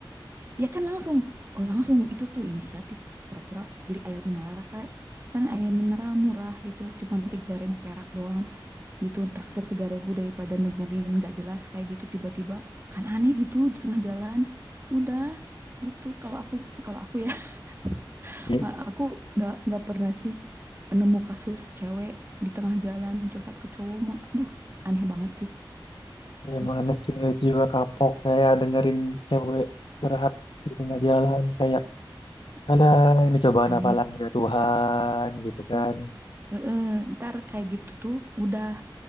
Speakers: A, on the right; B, on the left.
A: Ya kan langsung, oh langsung itu tuh inisiatif pura-pura beli air mineral kayak kan air mineral murah gitu, cuman 3.000 perak doang gitu, traktir 3.000 daripada negerin nggak jelas kayak gitu tiba-tiba kan aneh gitu di tengah jalan. Udah gitu kalau aku kalau aku ya <laughs>
B: ya,
A: ma- aku nggak nggak pernah sih nemu kasus cewek di tengah jalan curhat ke cowok mah aduh aneh banget sih
B: ya
A: gitu.
B: mana cewek jiwa kapok kayak dengerin cewek curhat di tengah jalan kayak alah
A: Ya.
B: ini cobaan
A: Aneh.
B: apa lagi ya Tuhan gitu kan
A: Heeh, ntar kayak gitu tuh udah